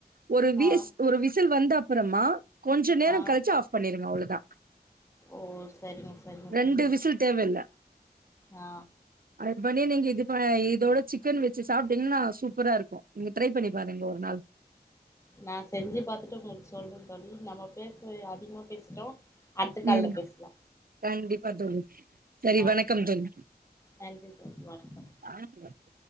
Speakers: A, on the right; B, on the left.
A: ஒரு விஸ்
B: ஆ
A: ஒரு விசில் வந்த அப்பறமா கொஞ்ச நேர
B: ஆ
A: கழிச்சு ஆஃப் பண்ணிருங்க அவ்ளோதா
B: ஓ சரிங்க சரிங்க
A: ரெண்டு
B: தோழி
A: விசில் தேவயில்ல
B: ஆ
A: அது பண்ணி நீங்க இதுப இதோட சிக்கன் வச்சு சாப்டிங்ன்னா சூப்பரா இருக்கு நீங்க ட்ரை பண்ணி பாருங்க ஒரு நாள்
B: நா செஞ்சு பாத்துட்டு உங்களுக்கு சொல்ற தோழி நம்ம பேசே அதிகமா பேசிட்டோ அடுத்த கால்ல
A: உம்
B: பேசலா
A: கண்டிப்பா தோழி செரி
B: ஆ
A: வணக்கம் தொழி
B: நன்றி தொழி வணக்கம்
A: ஆ சொல்றார்